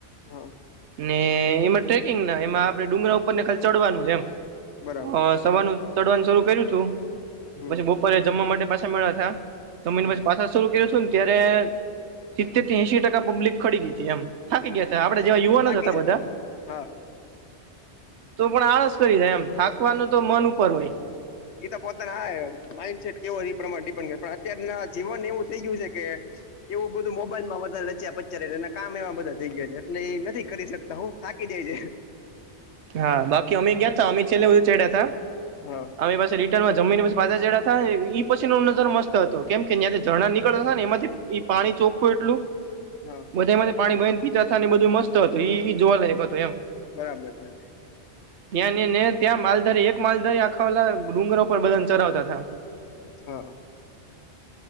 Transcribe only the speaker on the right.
ને એમાં ટ્રેકિંગ ના એમાં આપણે ડુંગરા ઉપર ને કા ચડવાનું છે એમ
અ સવારનું ચડવાનું શરૂુ કર્યું છું
પછી જમવા માટે પાછા મળ્યા ત જમીન
પછી પાછા શરૂ કરું છું ને ત્યારે સિત્તેર ત એશ ટકા પબ્લિક ખડી ગઈ હતી એમ થાકી ગયા હતા આપડ જેવા યુવાનો
જ હતા
બધા
તો પણ આળસ કરી જાય એમ થાકવાનું તો મન ઉપર હોય
હા, બાકી અમી ગયા તો, અમી છેલ્લે બધું ચડ્યા હતા.
અમે પાસે રિટર્નમાં જમીને પાછા ચડીયા હતા, એ પછી નો નજારો ર મસ્ત હતો, કેમ કેયાં ઝણા નીકળતા હતા ને, એમાંથી ઈ પાણી ચોખ્ખું એટલુ.
બધા એમાં પાણી ભ ને પીતા થ ને, બધું મસ્ત હતું, જોવા લયક હતું એમ.
ત્યાં ને, ત્યાં માલધારી એક માલધારી આખાલા ડુંગરા પર બધાને ચરાવતા હતા.